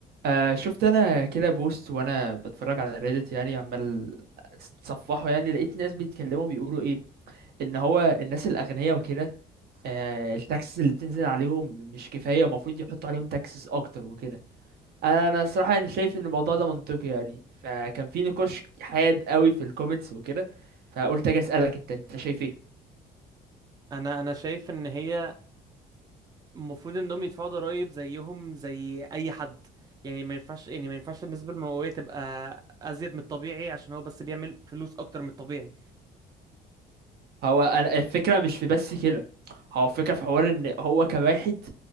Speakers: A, on the right; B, on the right.
A: آه شفت انا كده بوست وانا بتفرج على ريدت يعني عمال اتصفحه يعني لقيت ناس بيتكلموا بيقولوا ايه ان هو الناس الاغنياء وكده آه التاكسز اللي بتنزل عليهم مش كفايه المفروض يحطوا عليهم تاكسز اكتر وكده انا انا الصراحه يعني شايف ان الموضوع ده منطقي يعني فكان في نقاش حاد قوي في الكومنتس وكده فقلت اجي اسالك انت انت شايف ايه
B: انا انا شايف ان هي المفروض انهم يدفعوا ضرائب زيهم زي اي حد يعني ما ينفعش يعني ما ينفعش النسبه المئويه تبقى ازيد من الطبيعي عشان هو بس بيعمل فلوس اكتر من الطبيعي
A: هو انا الفكره مش في بس كده هو الفكره في حوار ان هو كواحد